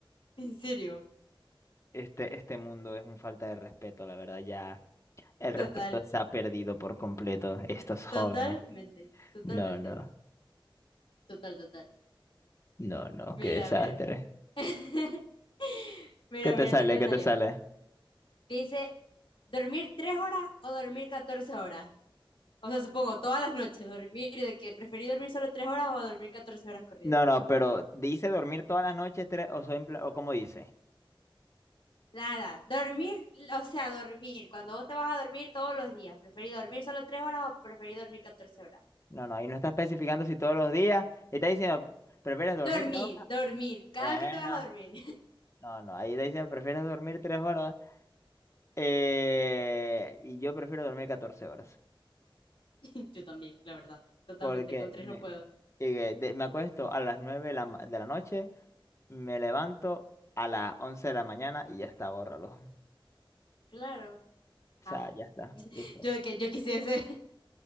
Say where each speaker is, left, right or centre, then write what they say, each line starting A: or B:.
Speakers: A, on the left; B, on the left.
A: en serio,
B: Este, este mundo es un falta de respeto, la verdad. Ya el
A: total,
B: respeto se ha perdido por completo. Estos jóvenes.
A: totalmente, totalmente,
B: No, no,
A: total, total.
B: no, no.
A: Mira,
B: Qué desastre.
A: mira. <laughs> Mira,
B: ¿Qué te
A: mira,
B: sale?
A: esto que me
B: ¿Qué
A: salió.
B: te sale?
A: Dice, ¿dormir tres horas o dormir 14 horas? O sea, supongo, todas las noches, dormir, de que preferí dormir solo tres horas o dormir 14 horas corridas.
B: No, no, pero ¿dice dormir toda la noche tres- o, soy empla- o cómo dice?
A: Nada, dormir, o sea, dormir. Cuando vos te vas a dormir todos los días, ¿preferís dormir solo tres horas o preferís dormir catorce horas?
B: No, no, ahí no está especificando si todos los días. Está diciendo, ¿prefieres dormir
A: Dormir,
B: tres
A: dormir, cada
B: Bueno,
A: vez que te vas a dormir.
B: no, no, ahí dicen, ¿prefieres dormir tres horas? Eh, y yo prefiero dormir 14 horas,
A: <laughs> Yo también, la verdad. Totalmente,
B: porque
A: con tres
B: me,
A: no puedo.
B: eh, de- me acuesto a las 9 de la, ma- de la noche, me levanto a las 11 de la mañana y ya está, bórralo.
A: Claro.
B: O
A: Ah,
B: sea, ya está, listo.
A: Yo de que yo quisiese.